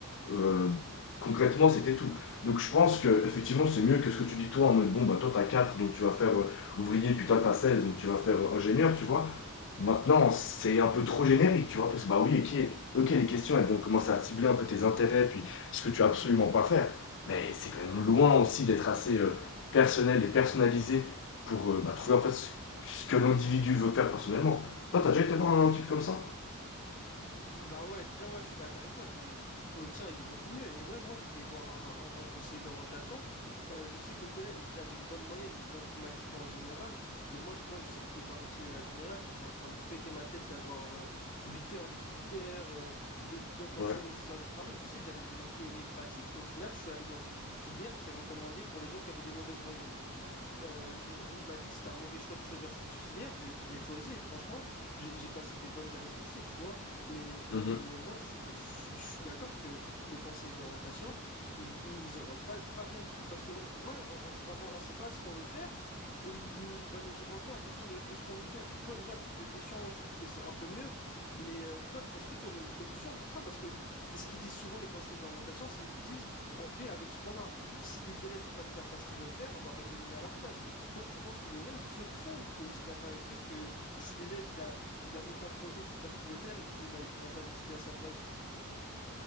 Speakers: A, on the left; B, on the left.
A: Euh, concrètement, c'était tout. Donc je pense que effectivement c'est mieux que ce que tu dis toi en mode bon bah toi t'as 4 donc tu vas faire euh, ouvrier puis toi t'as 16 donc tu vas faire euh, ingénieur, tu vois. Maintenant, c'est un peu trop générique, tu vois, parce que bah oui, ok, ok, les questions, elles vont commencer à cibler un peu tes intérêts, puis ce que tu as absolument pas à faire. Mais c'est quand même loin aussi d'être assez euh, personnel et personnalisé pour euh, bah, trouver en fait ce ce que l'individu veut faire personnellement. Toi, t'as déjà été voir un type comme ça?
B: Bah ouais, déjà, ouais, je suis d'accord avec toi. de- Le tien, il est beaucoup mieux. Et ouais, moi, j'étais voir un, un- un conseiller d'orientation. Euh, je sais qu'au collège, j'avais une bonne moyenne. Donc, il m'a dit, va en général. Mais moi, moi, je sais que je pouvais pas continuer la générale. J'étais en train de péter ma tête d'avoir euh, 8 heures, 18 heures, euh, de- de- d'enchaîner
A: Ouais.
B: ces heures de travail. Je sais que j'avais besoin de théorie et pratique. Et au final, je suis allé dans une filière qui est recommandée pour les gens qui avaient des mauvaises moyennes. Euh, il m'a dit que c'était un mauvais choix de choisir cette filière. Je l'ai je l'ai choisi et franchement, j'ai j'ai passé des bonnes années de lycée, tu vois. Mais,
A: Mhm.
B: mais, mais moi, je suis, que- je suis- je suis d'accord que les conseillers d'orientation, ils, ils orientent pas, pas bien du tout parce que, ouais, on ne sait pas ce qu'on veut faire et il, nous, il va nous orienter en fonction de, de ce qu'on veut faire. Toi, déjà, le truc de question, ouais, je trouve que c'est un peu mieux. Mais euh, toi, est-ce que tu aurais une solution pour ça? Parce que ce qu'ils disent souvent, les conseillers d'orientation, c'est ils disent on fait avec ce qu'on a. Si les élèves ils, pa- ils savent pas ce qu'ils veulent faire, on va pas deviner à leur place. Toi, tu penses qu'il y aurait une solution ou tu es aussi d'accord avec eux que si l'élève il a, il a aucun projet, c'est pas ce qu'il veut faire, ils ne ben, ils pourront pas décider à sa place.